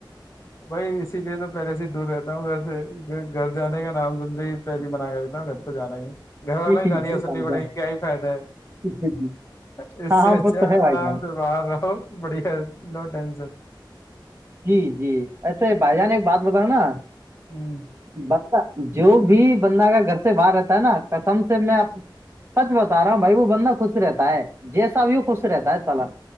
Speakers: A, on the left; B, on the right.
A: بھائی اسی لیے تو پہلے سے ہی دور رہتا ہوں گھر سے گھر جانے کا نام سندی ری منایا ج نا گھر تو جا ہی گھر والوں
B: جی
A: گانیاں
B: جی بھائی
A: سننی
B: جان
A: پڑیں کیا ہی فائدہ ہے
B: جی جی
A: اس
B: ہاں
A: سے
B: ہاں
A: اچھا
B: وہ تو ہے بھائی
A: آرام
B: جان
A: سے باہر رہو بڑھیا لو ٹن
B: جی جی ایسے بھائی جان ایک بات بتا نا
A: ہ
B: بندہ جو بھی بندہ کا گھر سے باہر رہتا ہے نا کسم سے میں سچ بتا رہا ہ بھائی وہ بندہ خوش رہتا ہے جیسا بھی خوش رہتا ہے چلا